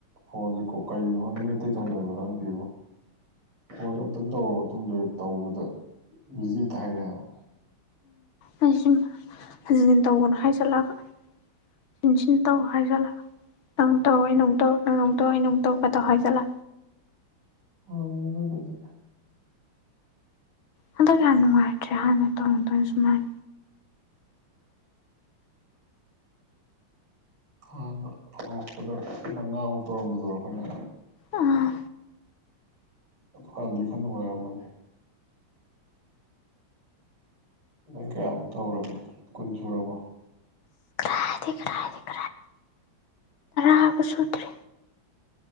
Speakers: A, on the right; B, on the left.
A: ꯐꯣꯟꯁꯦ ꯀꯣ ꯀꯩꯒꯤꯅꯣ ꯈꯪꯗꯦ ꯃꯤ ꯑꯇꯩ ꯇꯧꯅꯕ꯭ꯔ ꯈꯪꯗꯦꯕꯣ ꯐꯣꯟꯗꯣ ꯑꯝꯇꯪ ꯇꯧꯔ ꯃꯇꯨꯡꯗ ꯇꯧꯕꯗ ꯕꯤꯖꯤ ꯍꯦꯛꯇ ꯍꯥꯏꯔꯛꯑꯦ ꯍꯥꯏꯕ
B: ꯑꯩꯁꯨꯅꯤ ꯍꯟꯖꯟ ꯍꯟꯖꯟ ꯇꯧꯒꯅꯣ ꯍꯥꯏ ꯖꯥꯠꯂꯕ ꯁꯤꯟ ꯁꯤꯟ ꯇꯧ ꯍꯥꯏꯖꯥꯠꯂ ꯅꯪ ꯇꯧ ꯑꯩꯩꯅꯃꯨꯛ ꯇꯧ ꯅꯪꯅꯃꯨꯛ ꯇꯧ ꯑꯩꯩꯅꯃꯨꯛ ꯇꯧ ꯀ ꯇꯧ ꯍꯥꯏ ꯖꯥꯠꯂ
A: ꯑꯣꯏꯔꯝꯃꯣꯏꯗ ꯑꯗꯨꯗꯤ
B: ꯍꯟꯗꯛ ꯌꯥꯝ ꯅꯨꯡꯉꯥꯏꯇ꯭ꯔꯦ ꯍꯥꯟꯅ ꯇꯧꯔꯝꯗꯕꯅꯤ ꯁꯨꯃꯥꯏ
A: ꯍꯥꯟꯅ ꯍꯧꯔꯛꯄꯗ ꯃꯉꯥꯃꯨꯛ ꯇꯧꯔꯝꯕꯗꯨꯔꯣ ꯑꯈꯣꯏꯅ
B: ꯑꯥ
A: ꯑꯗꯨꯀꯥꯟꯗꯤ ꯈꯥꯔ ꯅꯨꯡꯉꯥꯏꯔꯝꯕꯅꯤ ꯅꯪ ꯀꯌꯥꯃꯨꯛ ꯇꯧꯔꯒꯦ ꯀꯨꯟ ꯁꯨꯔꯕ
B: ꯀꯥꯏꯗꯩ ꯀꯗꯥꯏꯗꯩ ꯃꯉꯥꯕꯨꯛ ꯁꯨꯗ꯭ꯔꯤ